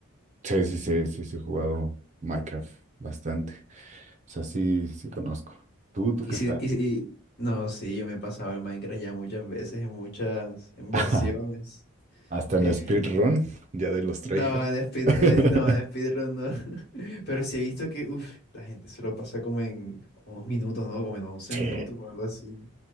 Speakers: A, on the right; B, on the left.
A: Sí, sí, sí, sí, sí, he jugado Minecraft bastante. O sea, sí, sí conozco. ¿Tú, tú
B: Y
A: qué
B: si,
A: tal?
B: y si- no, sí, yo me he pasado el Minecraft ya muchas veces, en muchas, en
A: <laughs>
B: versiones.
A: Hasta
B: Eh,
A: en speedrun, ya de los
B: no,
A: tryhards.
B: en speed,
A: <laughs>
B: eh, <laughs> no, en speedrun no. <laughs> Pero sí he visto que, uff, la gente se lo pasa como en unos minutos, ¿no? Como en once
A: Sí.
B: minutos o algo así.